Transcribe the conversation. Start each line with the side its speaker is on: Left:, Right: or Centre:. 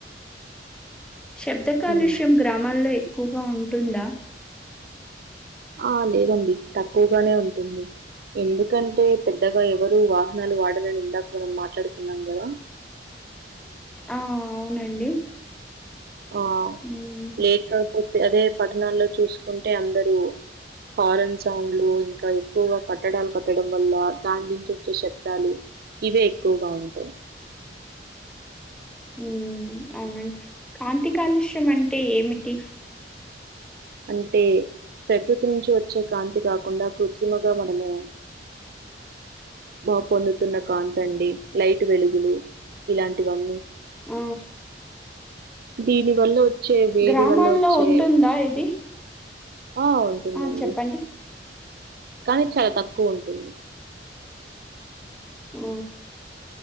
Centre: శబ్ద కాలుష్యం
Right: హ్మ్.
Centre: గ్రామాల్లో ఎక్కువగా ఉంటుందా
Right: ఆ లేదండి తక్కువగానే ఉంటుంది ఎందుకంటే పెద్ పెద్దగా ఎవరు వాహనాలు వాడరని ఇందాక మనం మాట్లాడుకున్నాం కదా
Centre: ఆ అవునండి
Right: ఆ
Centre: హ్మ్.
Right: లేకపోతే అదే పట్టణాల్లో చూసుకుంటే అందరూ హారన్ సౌండ్లు ఇంకా ఎక్కువగా కట్టడాలు కట్టడం వల్ల దాని నుంచి వచ్చే శ డాలి ఇవే ఎక్కువగా ఉంటాయి.
Centre: ఊ అవునండి, కాంతి కాలుష్యం అంటే ఏమిటి.
Right: అంటే ప్రకృతి నుంచి వచ్చే కాంతి కాకుండా, కృత్రిమగా మనము. బా పొందుతున్న కాంతండి, లైట్ వెలుగులు, ఇలాంటివన్నీ.
Centre: ఆ.
Right: దీని వల్ల వొచ్చే, వేడి
Centre: గ్రామాల్లో
Right: వల్ల వొచ్చే.
Centre: ఉంటుందా ఇది?
Right: ఆ ఉంటుందండి.
Centre: ఆ! చెప్పండి.
Right: కానీ చాలా తక్కువ ఉంటుంది.
Centre: ఆ.